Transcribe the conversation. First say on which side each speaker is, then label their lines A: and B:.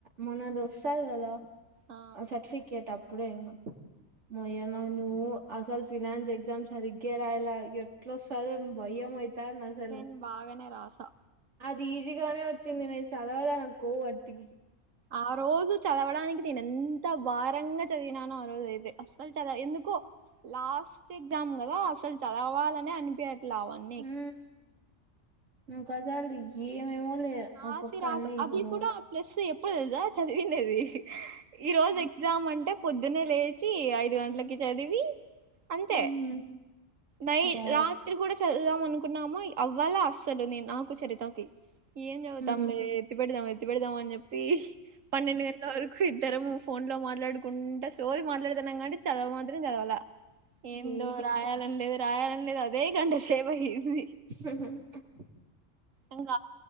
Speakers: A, on the right; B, on the right.
A: మొన్న ద వసల్దా
B: ఆ
A: సర్టిఫిక కేటప్పుడు ఏమో మొయన నువ్ అసలు ఫినాన్స్ ఎగ్జామ్స్ సరిగే రాయలా ఎట్లా సర భయం అయి అసలు
B: నేను బాగానే రాసా
A: అది ఈజీగానే వచ్చింది నేను చదవాలా నా కోవటి
B: ఆ రోజు చదవడానికి నేను ఎంత భారంగా చదివినానుఆ రోజు అయితే అస్సలు చదవ ఎందుకో లాస్ట్ ఎగ్జామ్ కదా అసలు చదవాలని అనిపట్లావని
A: ఊ నకాజాలది ఏమేమో లే ఓ
B: ఆశరా
A: పక్క అన్ని
B: అది
A: గొడవలు
B: కూడా ప్లస్ ఎప్పుడో తెలుసా చదివిండేది ఈ రోజు ఎగ్జామ్ అంటే పొద్దున్న లేచి ఐదు గంటలకి చదివి అంతే
A: మ్మ్
B: నై
A: వావ్
B: రాత్ త్రిగుడా చదుదాం అనుకున్నామా అవ్వాల అసలు నేను నాకు చరితకి ఏం చదువుతాములే
A: మ్మ్
B: ఎత్తి పెడదాం ఎత్తి పెడదామ అని చెప్పి పన్నెండు గంటల వరకు ఇద్దరము ఫోన్ లో మాట్లాడుకుంటా సోరి మాట్లాడుతున్నా కానీ చదవు మాత్రం చదవాల ఏందో
A: గేహి
B: రాయాలని లేదు రాయాలని లేదు అదే గంట సేపు అయ్యింది
A: హ
B: ఉంగ